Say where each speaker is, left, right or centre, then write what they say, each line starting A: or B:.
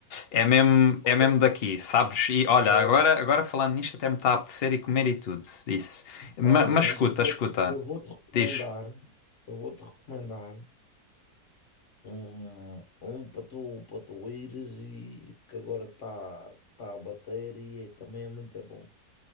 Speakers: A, on the left; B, on the left.
A: é mesmo,
B: Olha,
A: é mesmo daqui, sabes? E olha,
B: olha,
A: agora, agora falando nisto até me está a apetecer e comer e tudo, isso. Ma-
B: olha,
A: Mas,
B: mas
A: escuta,
B: eu vou-te,
A: escuta,
B: eu vou-te recomendar,
A: diz.
B: eu vou-te recomendar. Um, um para tu, para tu ires e que agora está tá tá a bater e é- também é muito bom.